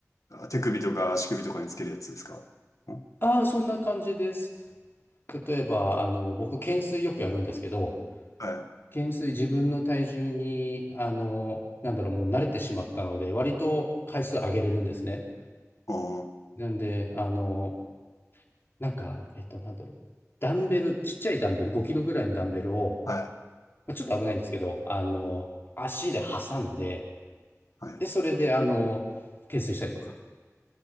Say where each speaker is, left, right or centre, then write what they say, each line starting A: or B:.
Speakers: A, on the left (about 80°); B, on the left (about 45°).
A: 手首とか足首とかにつけるやつですかん
B: ああ、そんな感じです。例えば、あの、僕、懸垂よくやるんですけど、
A: はい。
B: 減衰自分の体重に、あの、なんだろう、もう慣れてしまったので、割と回数上げれるんですね。
A: おー、
B: なんで、あの、なんか、えっと、なんだろう、ダンベル、ちっちゃいダンベル、5キロぐらいのダンベルを、
A: はい、
B: まあちょっと危ないんですけど、あの、足で挟んで、
A: はい。
B: で、それで、あの、懸垂したりとか、